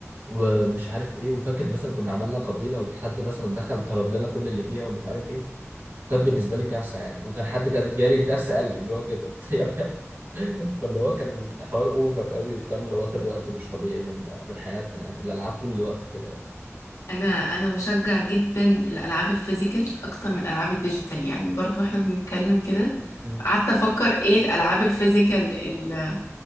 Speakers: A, on the right (about 55°); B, on the left (about 80°).
A: ومش عارف ايه وفاكر مثلا كنا عملنا قبيله وحد مثلا دخل طرد لنا كل اللي فيها ومش عارف ايه وكانت بالنسبه لي كارثه يعني وكان حد جا- جالي الدرس قال لي اللي هو كده <laughs> يا ابني فاللي هو كان حوار اوفر قوي وكان اللي واخد وقت مش طبيعي من من حياتنا يعني الالعاب طول الوقت كده يعني
B: انا انا بشجع جدا الالعاب الفيزيكال اكتر من الالعاب الديجيتال يعني برضو احنا بنتكلم كده
A: مم.
B: قعدت افكر ايه الالعاب الفيزيكال ال-